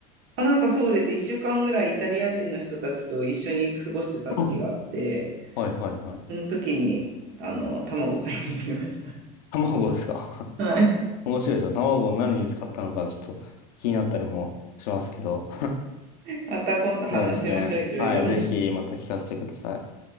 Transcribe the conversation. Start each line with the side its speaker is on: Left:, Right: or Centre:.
Right: あ、なんかそうです。1週間ぐらいイタリア人の人たちと一緒に過ごしてた時があって、
Left: うん <laughs> はいはいはい。
Right: その時に、あの、卵買いに行きました。
Left: 卵ですか
Right: はい。
Left: <laughs> 面白いですよ。卵を何に使ったのかちょっと気になったりもしますけど。
Right: また今度話しましょう、
Left: そうですね。
Right: いろいろ。
Left: はい。ぜひまた聞かせてください。